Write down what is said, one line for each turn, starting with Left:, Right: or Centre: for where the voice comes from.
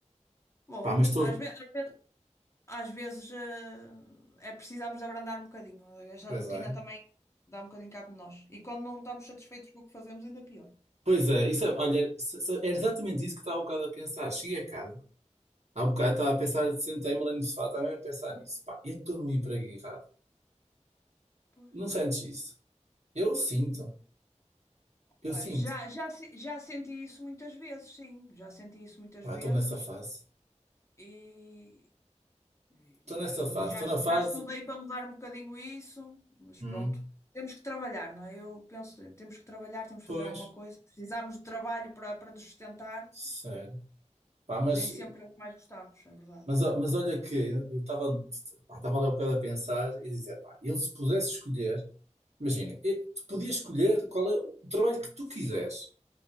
Left: Bom,
Right: Pá, mas estou.
Left: às ve- às ve- às vezes, eh, é precisamos de abrandar um bocadinho. Esta
Right: Pois
Left: rotina
Right: é.
Left: também dá um bocadinho cabo de nós. E quando não estamos satisfeitos com o que fazemos, ainda pior.
Right: Pois é, isso, é- olha, se- se- era exatamente isso que estava um bocado a pensar. Cheguei a casa, há um bocado estava a pensar, sentei-me ali no sofá, estava mesmo a pensar nisso. Pá, eu estou no emprego errado.
Left: Pois.
Right: Não sentes isso? Eu sinto, eu
Left: Pá,
Right: sinto.
Left: já, já, se- já senti isso muitas vezes, sim. Já senti isso muitas
Right: Pá,
Left: vezes.
Right: estou nessa fase.
Left: E, E,
Right: Estou nessa fase.
Left: e já,
Right: Estou
Left: estu-
Right: na fase.
Left: já estudei para mudar um bocadinho isso, mas
Right: Hum.
Left: pronto. Temos que trabalhar, não é? Eu penso, temos que trabalhar, temos que
Right: Pois,
Left: fazer alguma coisa. Precisamos de trabalho para, para nos sustentar.
Right: sério. Pá, mas,
Left: Nem sempre é o que mais gostamos, é verdade.
Right: mas, mas olha que eu estava estava ali um bocado a pensar e dizer, pá, ele se pudesse escolher, imagina, e- tu podias escolher qual é o trabalho que tu
Left: Sim,
Right: quiseres.